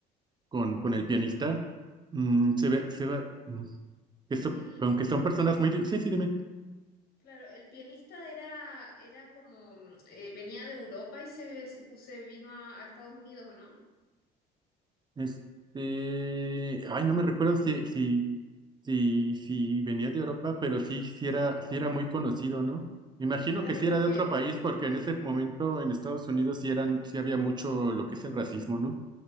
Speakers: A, on the right; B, on the left.
A: con, con el pianista, mm, se ve, se va, mm, que son-
B: El,
A: aunque son personas muy... di- Sí, sí, dime.
B: claro, el pianista era, era como, mm, eh, venía de Europa y se, se puse, vino a, a Estados Unidos, ¿o no?
A: Este, ay, no me recuerdo si, si, si, si venía de Europa, pero sí, sí era, sí era muy conocido, ¿no? Imagino
B: Claro,
A: que sí era
B: porque,
A: de otro país, porque en ese momento en Estados Unidos sí eran, sí había mucho lo que es el racismo, ¿no?